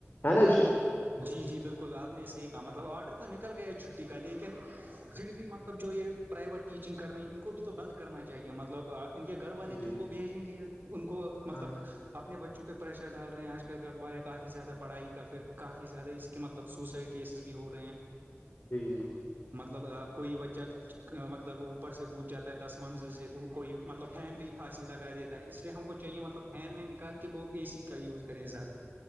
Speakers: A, on the left (about 45°); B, on the right (about 45°).
A: ہے نا جی <unintelligible> <inaudible>
B: جی جی بالکل آپ نے صے ہی کہا مطلب آرڈر تو نکل گیا ہے چھٹی کا لیکن پھر بھی مطلب جو یہ پرائیوی ٹیچنگ کر رہ ہیں ان کو بھی تو بند کرنا چاہیے ہمارے مطلب ان کے گھر والے
A: جی
B: تو ان کو بھیجیں گے ان کو مطلب
A: ہاں
B: اپنے بچوں پہ پریشر ڈال رہے ہیں آج کل کابارے کافی زیادہ پڑھائی کا پھر کافی زیادہ اس کے مطلب سوسائڈ کیسز بھی ہو رہے ہیں
A: جی جی جی
B: مطلب کوئی بچہ مطلب اوپر سے کود جاتا ہے دس منزل سے کوئی مطلب فین پہ ہی پھانسی لگا دیتا ہے اس ہم کو چاہیے مطلب فین وین نکال کے لوگ اے سی کا یوز کریں زیادہ